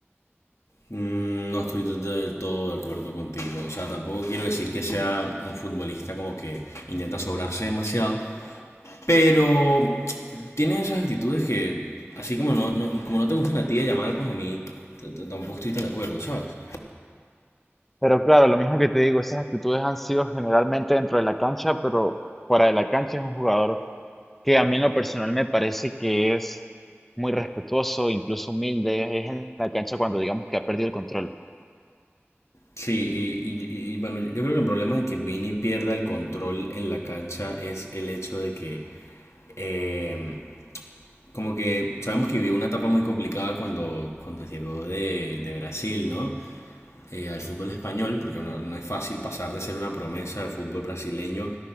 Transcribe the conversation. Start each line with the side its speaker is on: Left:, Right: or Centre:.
Left: Mm, No estoy del todo de acuerdo contigo. O sea, tampoco quiero decir que sea un futbolista como que intenta sobrarse demasiado, pero tiene esas actitudes que, así como no, no- como no te gustan a ti de llamar, pues a mí tampoco estoy tan de acuerdo, ¿sabes?
Centre: Pero claro, lo mismo que te digo, esas actitudes han sido generalmente dentro de la cancha, pero fuera de la cancha es un jugador que a mí en lo personal me parece que es muy respetuoso, incluso humilde, es en la cancha cuando digamos que ha perdido el control.
Left: Sí, y, y- y- bueno, yo yo creo que el problema de que Vini pierda el control en la cancha es el hecho de que, eh, como que sabemos que vivió una etapa muy complicada cuando, cuando llegó de, de Brasil, ¿no? Eh, al fútbol español, porque bueno, no es fácil pasar de ser una promesa del fútbol brasileño